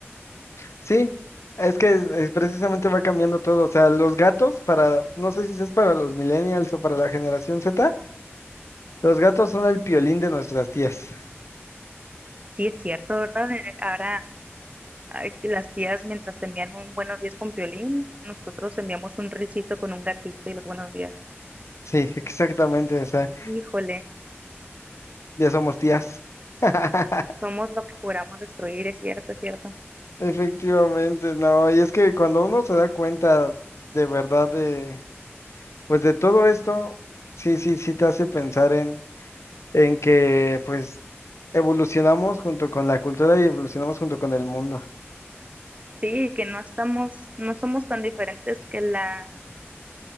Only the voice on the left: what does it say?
Sí, es que eh, precisamente va cambiando todo. O sea, los gatos para, no sé si es para los millennials o para la generación Z, los gatos son el piolín de nuestras tías.
Sí, exactamente. O sea,
Ya somos tías. <laughs>
Efectivamente, no. Y es que cuando uno se da cuenta de verdad de, pues de todo esto, sí, sí, sí te hace pensar en, en que pues evolucionamos junto con la cultura y evolucionamos junto con el mundo.